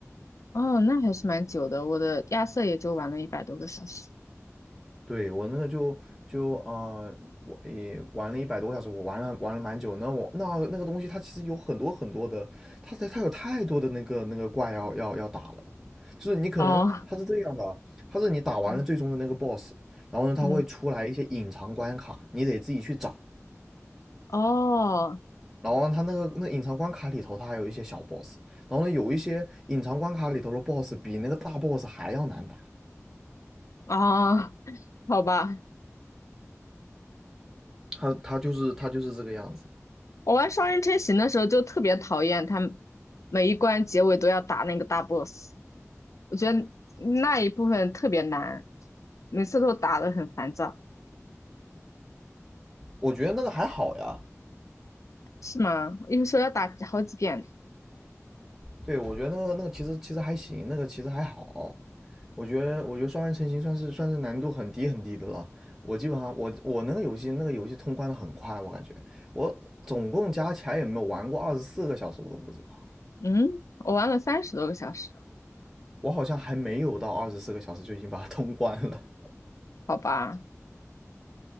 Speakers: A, on the left; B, in the centre.
A: 哦，那还是蛮久的。我的亚瑟也就玩了一百多个小时。
B: 对，我那个就就呃，我也玩了一百多个小时，我玩了玩了蛮久。那我那那个东西它其实有很多很多的，它它有太多的那个那个怪要要要打了。就是你可能它是这样的，
A: 哦，
B: 它是你打完了最终的那个
A: 嗯
B: boss，然后呢，它会出来一些隐藏关卡，
A: 嗯，
B: 你得自己去找。
A: 哦
B: 然后它那个那隐藏关卡里头，它还有一些小 boss，然后呢有一些隐藏关卡里头的 boss 比那个大 boss 还要难打，
A: 哦，好吧。
B: 它它就是它就是这个样子。
A: 我玩双人成行的时候就特别讨厌他们每一关结尾都要打那个大 boss，我觉得那一部分特别难，每次都打得很烦躁。
B: 我觉得那个还好呀，
A: 是吗？有时候要打好几遍。
B: 对我觉得那个那个其实其实还行，那个其实还好。我觉得我觉得双人成行算是算是难度很低很低的了。我基本上我我那个游戏那个游戏通关的很快，我感觉我总共加起来也没有玩过二十四个小时，我都不知道。
A: 嗯，我玩了三十多个小时，
B: 我好像还没有到二十四个小时就已经把它通关了。
A: 好吧。